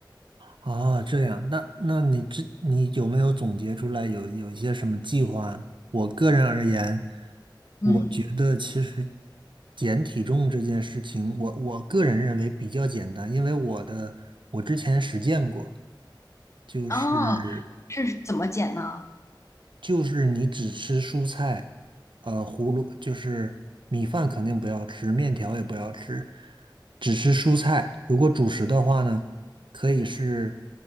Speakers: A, on the right (about 70°); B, on the left (about 35°).
A: 啊，这样，那那你这你有没有总结出来有有一些什么计划？我个人而言，
B: 嗯，
A: 我觉得其实减体重这件事情，我我个人认为比较简单，因为我的我之前实践过，就是
B: 哦，是怎么减呢？
A: 就是你只吃蔬菜，呃，胡萝就是米饭肯定不要吃，面条也不要吃，只吃蔬菜。如果主食的话呢，可以是